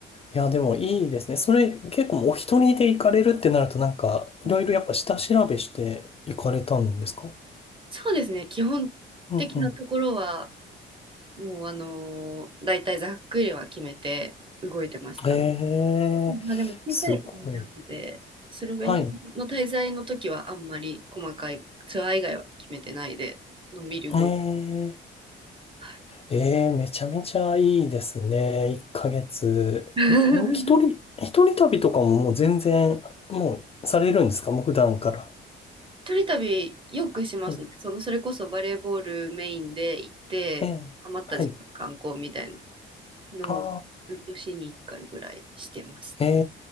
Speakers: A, on the left; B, on the right.
A: いや、でもいいですね。それ結構お一人で行かれるってなると、なんか、いろいろやっぱ下調べして行かれたんですか
B: うんそうですね、基本的なところは、
A: うんうん
B: もうあのー、大体ざっくりは決めて動いてましたね。
A: え
B: うんまあでも小さい国なので、
A: え、すごい。
B: スロベニアの滞在の時はあんまり細かいツアー以外は決めてないで、
A: はい。
B: のんびり動いてる。
A: ええ、
B: はい
A: ええ、めちゃめちゃいいですね。1ヶ月。
B: <laughs>
A: ん一人、一人旅とかももう全然、もうされるんですかもう普段から。
B: 一人旅よくしますね。
A: はい。
B: その、それこそバレーボールメインで行って、
A: ええ、
B: 余った時間観光みたいな
A: はい。
B: のを、
A: あ
B: 年に1回ぐらいしてますね。
A: あ、え